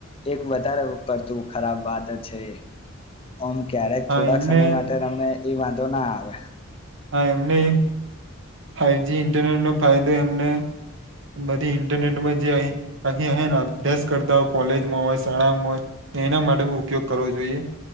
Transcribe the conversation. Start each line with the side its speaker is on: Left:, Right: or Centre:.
Left: એક વધારે પડતું ખરાબ વાત છે. ઓમ ક્યારેક
Right: હા
Left: થોડાક
Right: એમને
Left: સમય માટે રમે એ વાંધો ના આવે.
Right: હા એમને ફાઈજી ઇન્ટરનેટનો ફાયદો એમને બધી ઇન્ટરનેટમાં જે અહી અહીંન અભ્યાસ કરતા હોય કોલેજમાં હોય શાળામાં હોય એના માટે ઉપયોગ કરવો જોઈએ